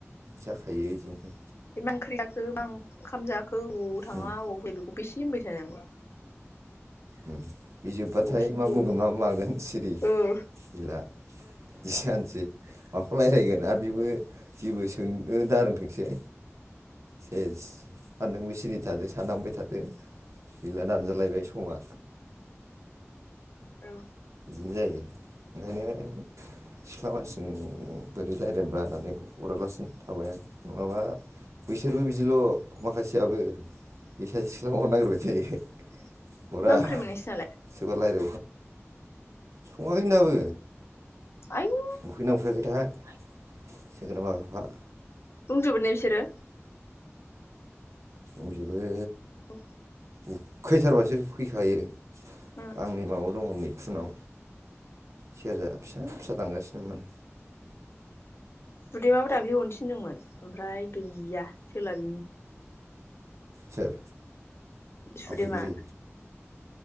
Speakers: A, on the right (about 75°); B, on the left (about 55°).
A: जाखायो इदिनो
B: बे मा ओंख्रि जाखो मा ओंखाम जाखो अबाव थाङा
A: उम
B: अबाव फैया बेखौ बेसे होनबाय थानांगौ
A: उम बे जोब्बाथाय
B: दसेनो
A: मा
B: जोबो
A: बुंगोन मा मागोन सिरि
B: ओ
A: गैला बिदिजानोसै माखौ रायलायगोन आरो बेबो जेबो सोंनो दारोंथोंसै सेस आरो नोंबो सिरि थादो सानहाबबाय थादो गैला दानजालायबाय समा
B: औ
A: बिदि जायो ओंखायनो सिख्ला मानसिजों बोरै रायलायनोब्रा होननानै हरालासिनो थाबाय आं नङाबा बैसोरबो बिदिल' माखासेयाबो बे सासे सिख्लाखौल' नागिरबाय थायो हरा
B: मा ओंख्रिमोन नोंसिनालाय
A: सोरबा <unintelligible> सङाखैनो दाबो
B: आयु
A: उखैगोना उखैयाखैथाय <unintelligible>
B: बुंजोबो ने बिसोरो
A: दंजोबो
B: औ
A: उखैथारबासो फैखायो
B: उम
A: आं नै माबायाव दङ नै फुनाव सेरजा फिसा फिसा दामगासिनोमोन
B: सुदेमाबो दाख्लै हरनो थिनदोंमोन ओमफ्राय गैया सोलाबिनि
A: सोर
B: सुदेमा
A: आफादगिरि